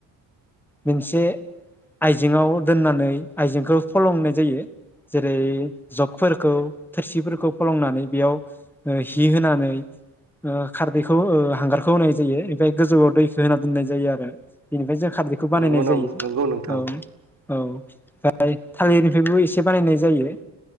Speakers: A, in the centre; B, on the right.
A: मोनसे आइजेंआव दोननानै आइजेंखौ फलंनाय जायो जेरै जगफोरखौ थोरसिफोरखौ फलंनानै बेयाव ओ हि होनानै ओ खारदैखौ ओ हांगारखौ होनाय जायो ओमफ्राय गोजौआव दैखौ होनानै बुंनाय जायो आरो बेनिफ्राय जों खारदैखौ बानायनाय
B: नंगौ नाम
A: जायो
B: नंगौ नोंथां
A: औ औ ओमफ्राय थालिरनिफ्रायबो एसे बानायनाय जायो